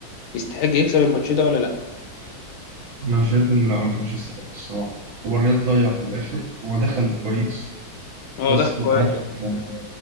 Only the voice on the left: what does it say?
يستحق يكسب الماتش ده ولا لا
هو
داخل
كويس
بس